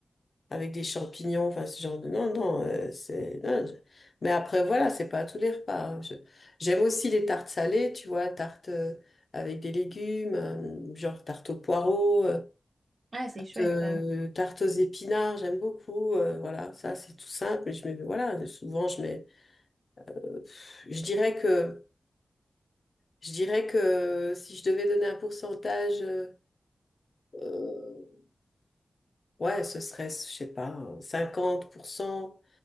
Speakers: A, on the left; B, on the right.
A: avec des champignons, enfin ce genre de... Non, non, euh, c'est... non, je- Mais après, voilà, c'est pas à tous les repas. hein. Je- J'aime aussi les tartes salées, tu vois, tartes... euh, avec des légumes, euh, genre tarte aux poireaux.
B: Ah, c'est chouette,
A: euh,
B: ça.
A: tarte aux épinards, j'aime beaucoup. euh, voilà, ça c'est tout simple. mais Je mets, voilà, souvent je mets. euh, pff, je dirais que, je dirais que si je devais donner un pourcentage, euh, euh, ouais, ce serait, je sais pas, hein, 50%